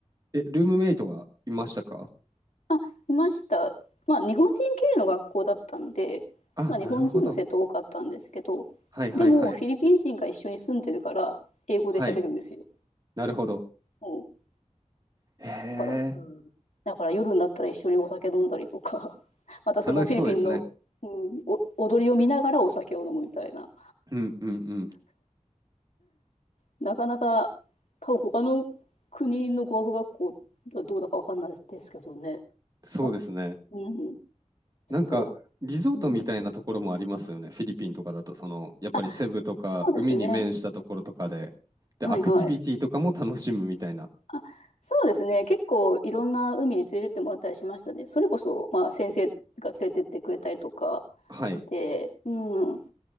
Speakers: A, on the right (about 30°); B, on the left (about 70°).
A: え、ルームメイトはいましたか
B: あ、いました。まあ、日本人系の学校だったんで、
A: あ、
B: まあ、日本人の生徒多かったんですけど、
A: なるほど。はいはいはい。
B: でも、フィリピン人が一緒に住んでるから、英語で喋るんですよ。
A: はい、なるほど。
B: うん。だ
A: へえ、
B: から、うん。だから夜になったら一緒にお酒飲んだりとか、<laughs> またそのフィリピンの、
A: 楽しそうですね。
B: うん、お踊りを見ながらお酒を飲むみたいな。
A: うんうんうん。
B: なかなか、多分他の国の語学学校はどうだかわかんないですけどね。
A: そうですね。
B: あ、うん、ちょっと、
A: なんか、リゾートみたいなところもありますよね。
B: うん、
A: フィリピンとかだと、その、やっぱりセブとか、
B: あ、そうですね。
A: 海に面したところとかで、で、
B: はいはい。
A: アクティビティとかも楽しむみたいな。
B: あ、そうですね。結構いろんな海に連れてってもらったりしましたね。それこそ、まあ先生が連れてってくれたりとかして、
A: はい、
B: うん。